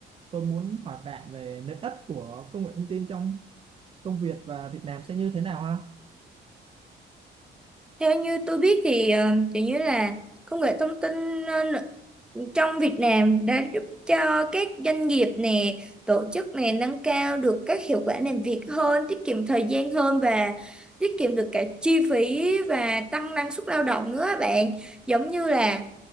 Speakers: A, on the right; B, in the centre.
A: tôi muốn hỏi bạn về lợi ích của công nghệ thông tin trong công việc và Việt Nam sẽ như thế nào ha
B: theo như tôi biết thì ờ, kiểu như là công nghệ thông tin ờ, n- trong Việt Nam đã giúp cho các doanh nghiệp nè, tổ chức nè nâng cao được các hiệu quả làm việc hơn, tiết kiệm thời gian hơn và tiết kiệm được cả chi phí và tăng năng suất lao động nữa á bạn. Giống như là